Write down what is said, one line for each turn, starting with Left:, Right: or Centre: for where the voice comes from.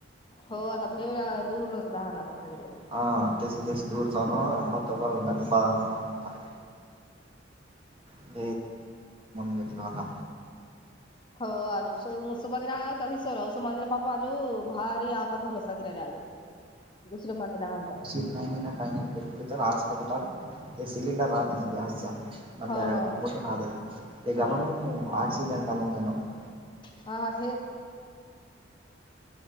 Left: हो आता भे दूरच राहणा आता सगळे.
Right: ह तेस तेशी दूर तन अंबा तोवा दनी बाग <unintelligible> <unintelligible> घेतला होता.
Left: हो आज ससुमा दिने आत ससुमा दिपा आजू भा आपत होलं सगळ्यानी आजून दुसरे मध्ये हाल <unintelligible>
Right: नाही नाही ना काही नाहीकली तर हॉस्पिटलला ते सिलेंडर राहत ना गॅसचा. नला
Left: हो हो
Right: मुठ रा त
Left: हा
Right: कालाणून आक्सिजन कालावून घेण <unintelligible>
Left: <unintelligible> तर